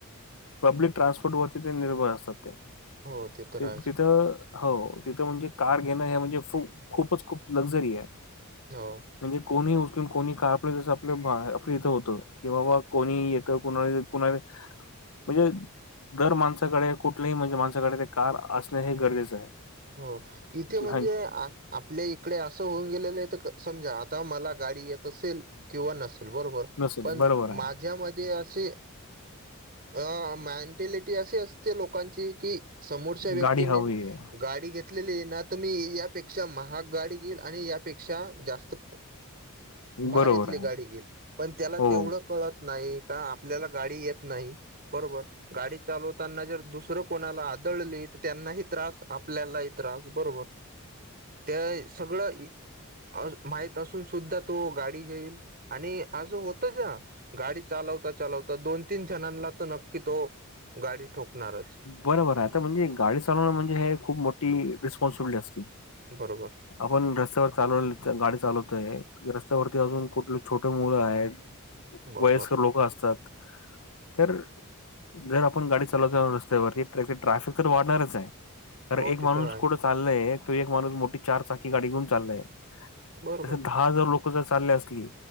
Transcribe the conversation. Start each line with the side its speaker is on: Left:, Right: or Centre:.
Left: पब्लिक ट्रान्सपोर्टवरती ते निर्भर असतात ते,
Right: हो तर आहेच
Left: तिथं हो ती ते म्हणजे कार घेणं हे म्हणजे खूपच खूप लक्झरी आहे.
Right: हो.
Left: म्हणजे कोणी उचलून कोणी का आपलं जसं आपलं आपलं इथं होतं. कि बाबा कोणी येतं कुणा कुणा म्हणजे दर माणसाकडे कुठलेही म्हणजे माणसाकडे कार असणं हे गरजेचं आहे.
Right: हो इथे म्हणजे
Left: हा
Right: आज आपल्या इकडे असं होऊन गेलेलं आहे, तर समजा आता मला गाडी येत असेल किंवा नसेल बरोबर
Left: नसेल
Right: पण
Left: बरोबर आहे
Right: मा ज्यामध्ये असे आ मेंटेलिटी अशी असते लोकांची की समोरच्या व्यक्तीने.
Left: गाडी हवी आहे
Right: गाडी घेतलेली ना तुम्ही यापेक्षा महाग गाडी घेईल आणि यापेक्षा जास्त. भारीतली
Left: बरोबर आहे.
Right: गाडी घील. पण त्याला
Left: हो
Right: तेवढं कळत नाही का, आपल्याला गाडी येत नाही. बरोबर गाडी चालवताना जर, दुसरं कोणाला आदळली त्यांना त्रास. आपल्यालाही त्रास बरोबर. त्या सगळं माहिती असून सुद्धा तो गाडी घेईल. आणि असं होत जा. गाडी चालवता चालवता दोन तीन जणांना तर नक्की तो. गाडी ठोकणारच
Left: बरोबर आहे आता म्हणजे, गाडी चालवण म्हणजे हे खूप मोठी रिस्पॉन्सिबिलिटी असती.
Right: बरोबर.
Left: आपण रस्त्यावर चालव गाडी चालवतोय. रस्त्यावरती अजून कुठले छोटे मुलं आहेत.
Right: बरोबर
Left: वयस्कर लोक असतात. तर जर आपण गाडी. चला जाऊ रस्त्यावर ट्राफिक तर वाढणारच आहे. कारण
Right: हो
Left: एक
Right: ते
Left: माणूस
Right: तर आहे
Left: कुठं चा चालय तो एक माणूस मोठी चार चाकी गाडी घेऊन चालय.
Right: बरोबर
Left: तस दहा हजार लोकं कुठे तर चालले असली.